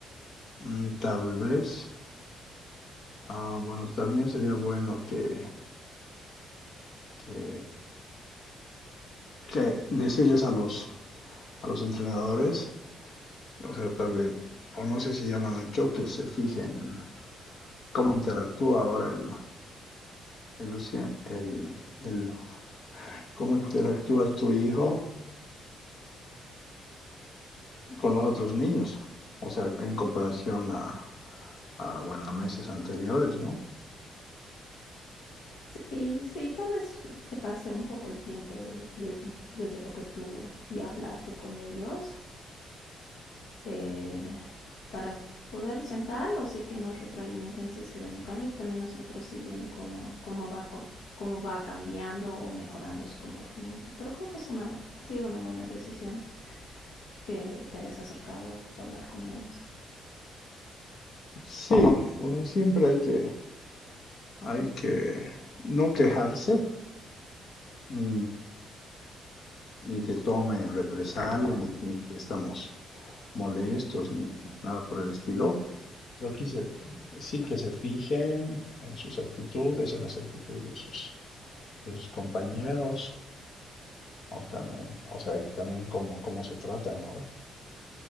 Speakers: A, on the left; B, on the left.
A: Mm, Tal vez. Ah, bueno, también sería bueno que, que, que decirles a los, a los entrenadores, o sea, tal vez, o no sé si ya lo han hecho, que se fijen cómo interactúa ahora el, el, Lucien- el, el- cómo interactúa tu hijo con los otros niños, o sea, en comparación a, a, bueno, a meses anteriores, ¿no?
B: Sí, sí, tal vez que pase un poco el tiempo desde des- desde lo que tú ya hablaste con ellos. Eh, para poder sentarnos y que nos retroalimenten si es que ven un cambio y también nosotros ir viendo cómo, cómo va cómo va cambiando o mejorando su comportamiento. Pero creo que es una, ha sido una buena decisión que te hayas acercado a hablar con ellos.
A: Sí, o sea, siempre hay que, hay que no quejarse ni ni que tomen represalia, ni, ni que estamos molestos, ni nada por el estilo. Pero que se- sí que se fijen en sus actitudes, en las actitudes de sus, de sus compañeros, o, también, o sea, también cómo, cómo se tratan, ¿no?